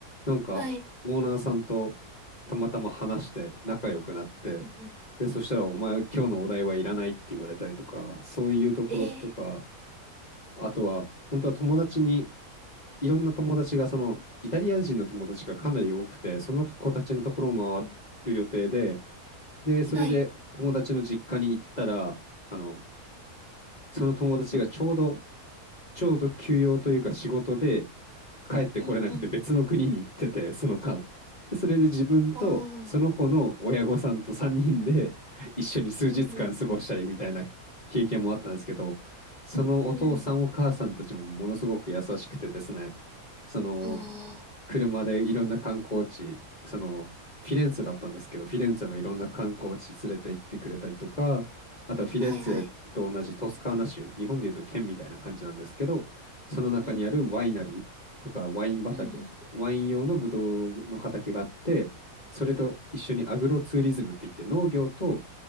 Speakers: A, on the left (about 30°); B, on the right (about 20°).
A: なんかオーナーさんと
B: はい。
A: たまたま話して仲良くなって、
B: うんうん。
A: で、そしたらお前は今日のお題はいらないって言われたりとか、そういうところとか、
B: えー、
A: あとは本当は友達にいろんな友達が、その、イタリア人の友達がかなり多くて、その子たちのところを回る予定で、
B: うん。
A: で、それで友達の実家に行ったら、
B: はい。
A: あの、その友達がちょうど、ちょうど休養というか仕事で帰ってこれなくて別の国に行ってて、
B: うんうん。
A: その間。で、それで自分とその子の親御さんと3人で一緒に数日間過ごしたりみたいな経験もあったんですけど、
B: ああ。うんうん。
A: そのお父さんお母さんたちもものすごく優しくてですね、
B: うんうん。
A: その、
B: あ
A: 車でいろんな観光地、そのフィレンツェだったんですけど、フィレンツェのいろんな観光地連れて行ってくれたりとか、あとはフィレンツェと同じトスカーナ州、
B: あ。はいはい。
A: 日本でいうと県みたいな感じなんですけど、その中にあるワイナリーとかワイン畑、
B: うんうん。うんうん
A: ワイン用のブドウの畑があって、それと一緒にアグロツーリズムって言って農業と